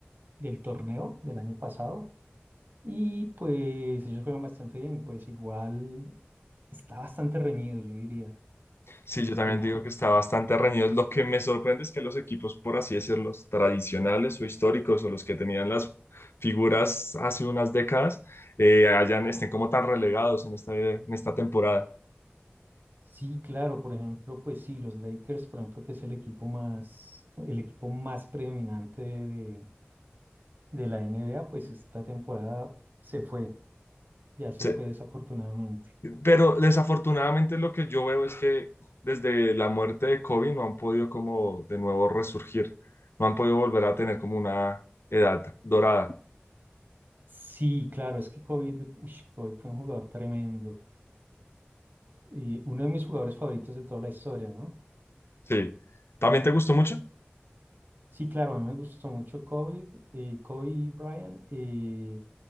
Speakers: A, on the right; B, on the left.
A: del torneo del año pasado y pues ellos juegan bastante bien, pues igual está bastante reñido, yo diría.
B: Sí,
A: El
B: yo también
A: tema,
B: digo que está bastante reñido. Lo que me sorprende es que los equipos, por así decirlo, tradicionales o históricos o los que tenían las figuras hace unas décadas, eh, hayan, estén como tan relegados en esta, en esta temporada.
A: sí, claro, por ejemplo, pues sí, los Lakers, por ejemplo, que es el equipo más, el equipo más predominante de, de la NBA, pues esta temporada se fue, ya se
B: Se-
A: fue desafortunadamente.
B: pero desafortunadamente lo que yo veo es que desde la muerte de Kobe no han podido como de nuevo resurgir, no han podido volver a tener como una edad dorada.
A: Sí, claro, es que COVID, uy, COVID fue un jugador tremendo y uno de mis jugadores favoritos de toda la historia, ¿no?
B: Sí, ¿también te gustó mucho?
A: Sí, claro, a mí me gustó mucho Kobe, eh, Kobe y Bryant. eh,